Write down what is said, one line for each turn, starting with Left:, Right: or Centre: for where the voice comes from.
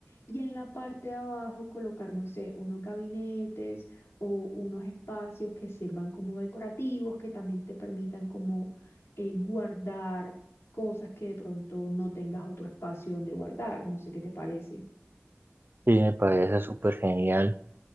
Left: Y en la parte de abajo colocar, no sé, unos gabinetes o unos espacios que sirvan como decorativos, que también te permitan como eh, guardar cosas que de pronto no tengas otro espacio donde guardar. No sé qué te parece.
Right: Sí, me parece súper genial